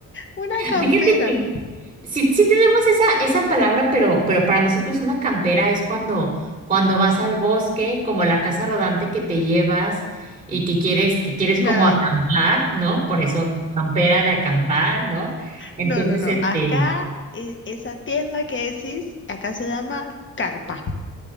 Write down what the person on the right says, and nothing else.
Fíjate que sí, sí tenemos esa, esa palabra, pero, pero para nosotros una campera es cuando, cuando vas al bosque, como la casa rodante que te llevas y que quieres, que quieres
como acampar, ¿no? Por eso campera de acampar, ¿no? Entonces,
este,